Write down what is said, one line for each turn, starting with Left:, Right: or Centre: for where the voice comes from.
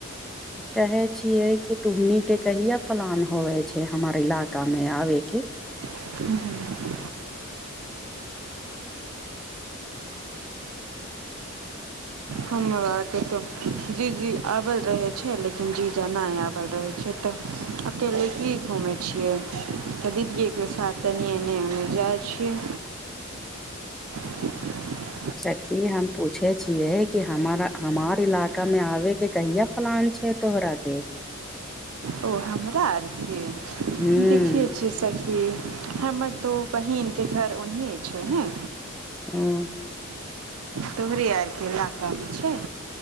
Centre: कहै छियै कि तुहनी के कहिआ प्लान होवे छै हमर इलाका मे आबेके
Right: हुँ हुँ हमरा के तऽ जी जी आबल रहै छै लेकिन जीजा नै आबल रहै छै तऽ अकेले की घूमैय छियै क दीदीये के साथ तनि एने ऊने जाइ छियै <inaudible>
Centre: सखी हम पूछे छियै कि हमारा हमार इलाका मे आबे के कहिया प्लान छै तोह राके
Right: ओ हमरा आर के
Centre: ह
Right: देखे छी सखी हमर तो बहिनके घर ओन्नहिए छै नै
Centre: हुँ <unintelligible>
Right: तोहरे आरके इलाकामे छाय